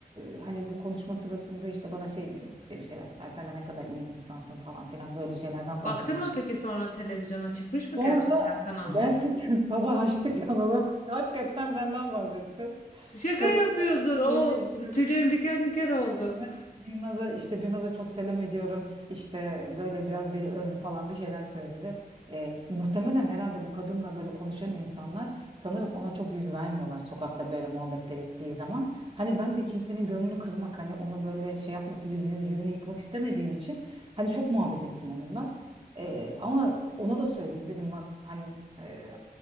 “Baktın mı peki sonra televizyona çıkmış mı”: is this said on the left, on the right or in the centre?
Left